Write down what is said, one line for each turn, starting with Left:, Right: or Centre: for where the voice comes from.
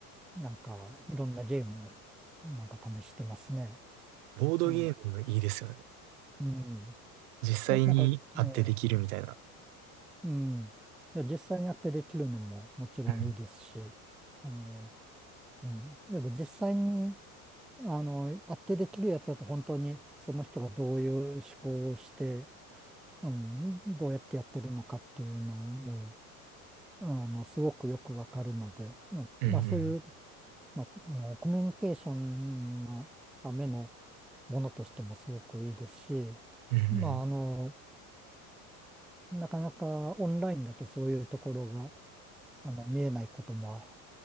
Centre: なんかいろんなゲームをなんか試してますね。
Right: ボードゲームいいですよね。
Centre: うん。うん。
Right: 実際に会ってできるみたいな。
Centre: え、なんかね、うん。いや、実際にやってできるのももちろんいいですし、
Right: うん
Centre: あの、うん。やっぱ実際に、あの、やってできるやつだと本当にその人がどういう思考をして、うん、どうやってやってるのかっていうのをもう、あの、すごくよくわかるので、うん、
Right: うんうん。
Centre: まあそういうまあ、あの、コミュニケーションのためのものとしてもすごくいいですし、
Right: うんうん。
Centre: まあ、あの、なかなかオンラインだとそういうところが、あの、見えないことも